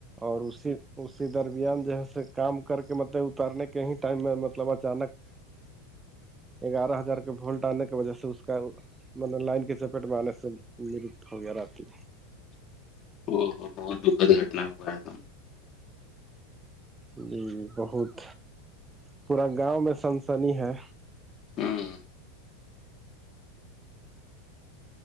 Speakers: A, on the right; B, on the left.
A: اور اسی اسی درمیان جو ہے س کام کر کے مطلب اترنے کے ہی ٹائم میں مطلب اچانک گیارہ ہزار کے وولٹ آنے کی وجہ سے اس کا مطلب لائن کی چپیٹ میں آنے سے مرد ہو گیا راتتی
B: ا بہت دکھد گٹنا ہوایا تھا
A: جی بہت پورا گاؤں میں سنسنی ہے
B: ہاں